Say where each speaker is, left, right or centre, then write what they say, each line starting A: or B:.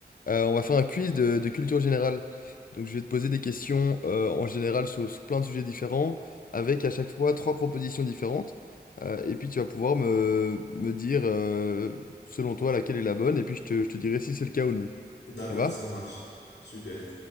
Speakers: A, on the left (about 55°); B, on the left (about 85°).
A: Euh, on va faire un quiz de, de culture générale. Donc je vais te poser des questions euh, en général sur, sur plein de sujets différents, avec à chaque fois trois propositions différentes, Euh, et puis tu vas pouvoir me, me dire euh, selon toi laquelle est la bonne, et puis je te, je te dirai si c'est le cas ou non.
B: D'accord,
A: Ça va?
B: ça marche. Super.